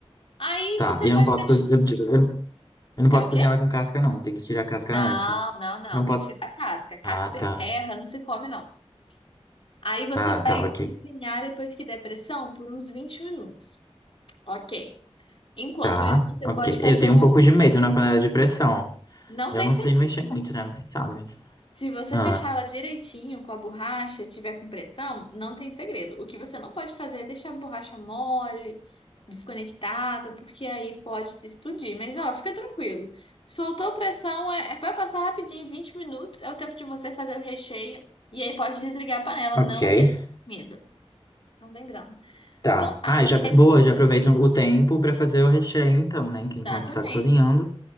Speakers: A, on the left; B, on the left.
A: Aí
B: Tá.
A: você
B: E Eu
A: pode
B: não posso
A: deixar.
B: cozinhar, eu, eu- eu não
A: É
B: posso
A: o
B: cozinhar
A: quê?
B: ela com casca, não. Tem que tirar a casca
A: Não,
B: antes.
A: não, não.
B: Não posso.
A: Tem que tirar a casca. Casca
B: Ah,
A: tem
B: tá.
A: terra, não se come, não. Aí você
B: Ah,
A: vai
B: tá, ok.
A: cozinhar depois que der pressão por uns 20 minutos. Ok. Enquanto
B: Tá,
A: isso, você
B: ok.
A: pode fazer
B: Eu tenho um
A: o.
B: pouco de medo na panela de pressão.
A: Não
B: Eu
A: tem
B: não
A: segredo.
B: sei mexer muito, né? Você sabe.
A: Se você
B: Ah,
A: fechar ela direitinho com a borracha, tiver com pressão, não tem segredo. O que você não pode fazer é deixar a borracha mole, desconectada, porque aí pode te explodir. Mas, ó, fica tranquilo. Soltou pressão, é, é- vai passar rapidinho, 20 minutos, é o tempo de você fazer o recheio. E aí pode desligar a panela,
B: ok.
A: não tem medo. Não tem grão.
B: Tá.
A: Então tá.
B: Ah, já, boa, já aproveito o tempo pra fazer o recheio, então, né?
A: Exatamente.
B: Que enquanto tá cozinhando.